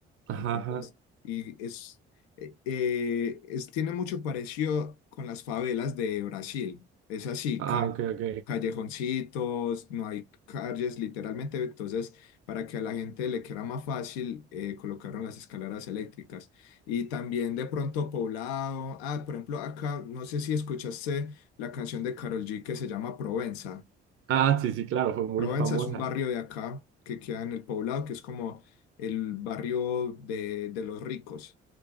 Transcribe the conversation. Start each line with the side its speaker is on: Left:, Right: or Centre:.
Right: ajá
Left: Entonces,
Right: ajá.
Left: y es, eh, eh, es- tiene mucho parecido con las favelas de Brasil. Es así,
Right: Ah, ok, ok.
Left: callejoncitos, no hay calles literalmente, entonces para que a la gente le quede más fácil eh, colocaron las escaleras eléctricas y también de pronto poblado, ah, por ejemplo acá, no sé si escuchaste la canción de Karol G que se llama Provenza.
Right: Ah, sí, sí, claro, fue muy
Left: Provenza
Right: famosa.
Left: es un barrio de acá que queda en el poblado, que es como el barrio de, de los ricos